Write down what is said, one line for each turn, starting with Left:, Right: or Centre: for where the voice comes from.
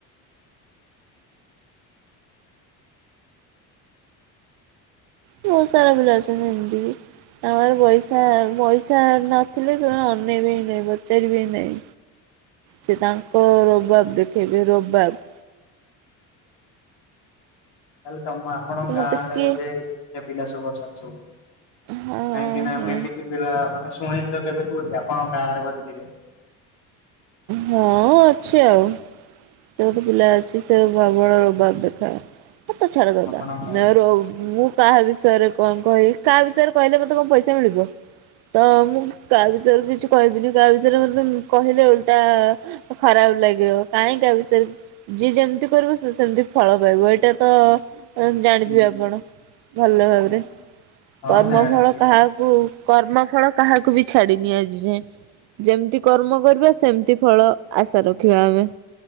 Right: ବହୁତ ସାରା ପିଲା ଅଛନ୍ତି ଏମିତିକି। ତାଙ୍କ ପାଖରେ ପଇସା ପଇସା ନଥିଲେ ସେମାନେ ଅନେଇ ବେ ହିଁ ନାଇଁ ପଚାରିବେ ନାହିଁ। ସେ ତାଙ୍କ ରୋବାବ ଦେଖେଇବେ ରୋବାବ।
Left: ତାହଲେ ତମ ଆପଣଙ୍କ
Right: ମତେ
Left: ଗାଁରେ
Right: କିଏ
Left: ବୋଧେ ସେମିତି ପିଲା ସବୁ ଅଛନ୍ତି ସବୁ?
Right: ହଁ
Left: କାହିଁକିନା
Right: ହଁ
Left: ମୁ ଏମିତି ପିଲା ମାନେ ଶୁଣିନି ତ କେବେ କୋଉଠି, ଆପଣଙ୍କ ଗାଁରେ ବୋଧେ ଥିବେ।
Right: ହଁ ଅଛି ଆଉ। ସେ ଗୋଟେ ପିଲା ଅଛି, ସେ ପ୍ରବଳ ରୋବାବ ଦେଖାଏ। <unintelligible> କାହା ବିଷୟରେ
Left: ଆପଣଙ୍କ ଗାଁ
Right: କଣ କହିବି, କାହା ବିଷୟରେ କହିଲେ ମତେ କଣ ପଇସା ମିଳିବ? ତ ମୁଁ କାହା ବିଷୟରେ କିଛି କହିବିନି, କାହା ବିଷୟରେ ମତେ କହିଲେ ଓଲଟା ଖରାପ ଲାଗିବ, କାହିଁକି କାହା ବି ସେ, ଯିଏ ଯେମିତି କରିବ ସେ ସେମତି ଫଳ ପାଇବ, ଏଇଟା ତ ଜାଣିଥିବେ
Left: ହୁଁ,
Right: ଆପଣ, ଭଲ ଭାବରେ,
Left: ହଁ ହଁ
Right: କର୍ମଫଳ
Left: ଜାଣିଛି
Right: କାହା କର୍ମ ଫଳ କାହାକୁ ବି ଛାଡିିନି ଆଜି ଯାଏ, ଯେମିତି କର୍ମ କରିବା, ସେମିତି ଫଳ ଆଶା ରଖିବା ଆମେ।